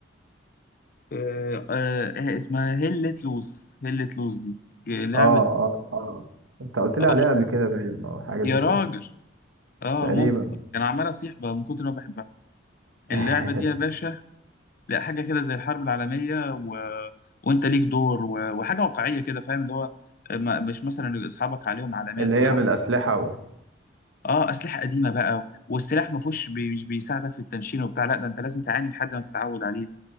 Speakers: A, on the left; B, on the right.
A: آه، آه، إيه اسمها هلت لوز هلت لوز دي لعبة
B: اه اه اه انت قلت لي
A: آه،
B: عليها قبل كده باين او حاجه
A: يا
B: زي
A: راجل
B: كده
A: اه
B: تقريبا
A: ممكن كان عمال اصيح بقى من كتر ما بحبها
B: <laughs>
A: اللعبة دي يا باشا لا حاجة كده زي الحرب العالمية و... وانت ليك دور و... وحاجة واقعية كده فاهم اللي هو ما... مش مثلا اصحابك عليهم علامات
B: اللي هي
A: و...
B: بالاسلحه و...
A: اه اسلحة قديمة بقى والسلاح ما فيهوش بي... مش بيساعدك في التنشين وبتاع لا ده انت لازم تعاني لحد ما تتعود عليه